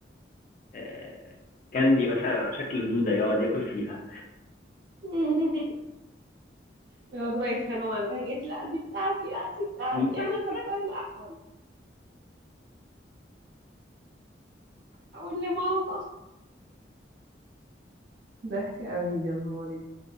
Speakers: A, on the left; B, on the right.
A: آه، كاندي مثلا على شكل دوده يقعد ياكل فيها
B: <laughs> يقعدوا بقى يتخانقوا على الحاجات لا دي بتاعتي لا دي بتاعتي
A: دي بتاعت
B: أنا أخدتها الأول أقول لماما ضحكة قوي يا نهار